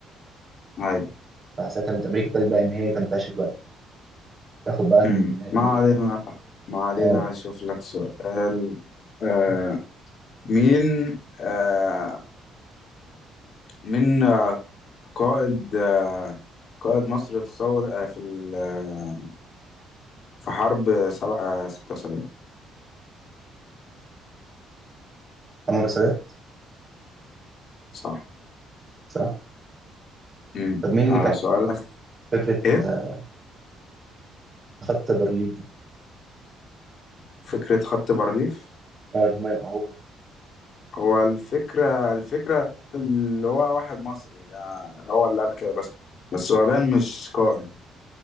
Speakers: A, on the left; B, on the right.
A: ايوه
B: فساعتها من أمريكا ابتدت بقى إن هي تنتشر بقى تاخد بقى من
A: امم
B: اللي
A: ما
B: هي
A: علينا ما علينا
B: اه
A: اشوف لك سؤال آه مين آه مين آه قائد آه قائد مصر في ثور آه في ال- آه في حرب سبعة ستة وسبعين
B: أنور السادات
A: صح
B: صح
A: امم
B: طب مين اللي
A: آه
B: كان
A: سؤالك
B: فكرة
A: ايه
B: آه، خط برلين دي؟
A: فكرة خط بارليف
B: اه اللي هم يوقعوها
A: هو الفكرة الفكرة اللي هو واحد مصري ده هو اللي قال كده بس بس هو باين مش قائد